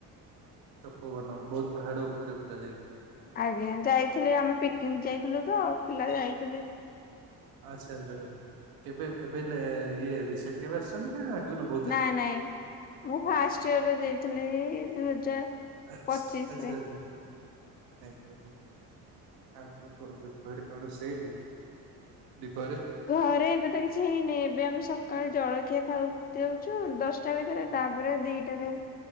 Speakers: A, on the right (about 75°); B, on the left (about 25°).
A: ତପୋବନ ବହୁତ ପାହାଡ଼ ଉପରେ ପୁରା ଯାଇକି।
B: ଆଜ୍ଞା ଯାଇଥିଲେ ଆମେ ପିକ୍ ନିକ୍ ଯାଇଥିଲୁ ତ ପିଲା ଯାଇଥିଲେ।
A: ଆଚ୍ଛା ଆଚ୍ଛା କେବେ ଏବେ ଇଏ ରିସେଣ୍ଟ କେବେ ଆସିଛନ୍ତି ନା ଆଗରୁ ବହୁତ
B: ନାଇଁ
A: ଆଗରୁ?
B: ନାଇଁ ମୁଁ ଫାଷ୍ଟଇୟରରେ ଯାଇଥିଲି ଦୁଇ ହଜାର
A: ଆଛ
B: ପଚିଶରେ।
A: ଆଚ୍ଛା ଆଚ୍ଛା। ଆଜ୍ଞା ଆଉ କଣ କୁହନ୍ତୁ ଘରେ କଣ ରୋଷେଇ ଆଜି? ଦ୍ଵି ପହରେ।
B: ଘରେ ଏବେ ତ କିଛି ହେଇନି ଏବେ ଆମେ ସକାଳେ ଜଳଖିଆ ଖାଉ ଦଉଛୁ ଦଶ ଟା ଭିତରେ
A: ଆଜ୍ଞା
B: ତାପରେ ଦିଟାରେ